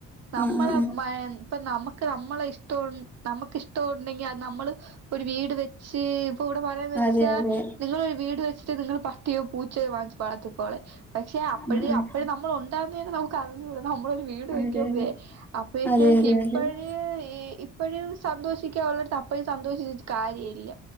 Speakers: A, on the right; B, in the centre.
A: നമ്മളെ
B: ആ ആ
A: മ ഇപ്പ നമ നമ്മളെ ഇഷ് <unintelligible> നമുക്ക് ഇഷ്ടം ഉണ്ടെങ്കിൽ അത് നമ്മള് ഒരു വീട് വെച്ച് ഇപ്പൊ ഇവിടെ പറയാന്ന് വെച്ചാ
B: ആ അതെ അതെ
A: നിങ്ങള ഒരു വീട് വെച്ചിട്ട് നിങ്ങ ട്ടിയോ പൂച്ചേ വാച്ച് പാത്തിക്കോളെ പക്ഷെ
B: ആ
A: അപ്പഴ്
B: ആ
A: അപ്പഴ് നമ്മൾ ഉണ്ടാന്ന് തന്നെ നമുക്ക് അറിഞ്ഞു കൂട നമ്മളൊരു വീട് വയ്ക്കൻ
B: അതെ അതെ
A: വേ അപ്പോഴത്തേക്ക്
B: അതെ അതെ
A: ഇപ്പഴേ
B: അതെ
A: ഈ ഴും സന്തോഷിക്ക ഉള്ളടത്ത് അപ്പഴും സ <unintelligible> കാര്യമല്ല